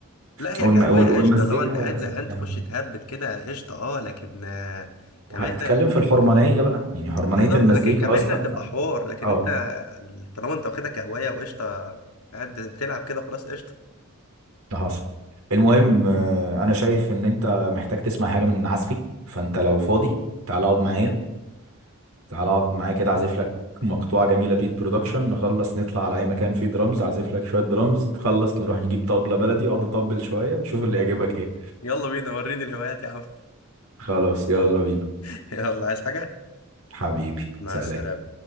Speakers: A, on the left; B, on the right.
A: لا هي
B: والم...
A: كهوايه
B: وال... والمزيكا
A: قشطه اللي هو انت قاعد زهقان
B: كهو-
A: تخش تهبد كده قشطه اه لكن آه، كمهنه
B: وهنتكلم في الحرمانيه بقى يعني حرمانيه
A: بالظبط
B: المزيكا
A: لكن كمهنه
B: اصلا
A: هتبقى
B: ف...
A: حوار لكن
B: اه
A: انت طالما انت واخدها كهوايه وقشطه قاعد بتلعب كده خلاص قشطه
B: حصل المهم آه، انا شايف ان انت محتاج تسمع حاجه من عزفي فانت لو فاضي تعال اقعد معايا تعال اقعد معايا كده اعزف لك مقطوعه جميله بيت برودكشن نخلص نطلع على اي مكان فيه درامز اعزف لك شويه درامز نخلص نروح نجيب طبله بلدي واقعد اطبل شويه وشوف اللي يعجبك ايه
A: يلا بينا وريني الهوايات يا عم
B: خلاص يلا بينا
A: <laughs> يلا عايز حاجه
B: حبيبي
A: مع
B: سلام
A: السلامه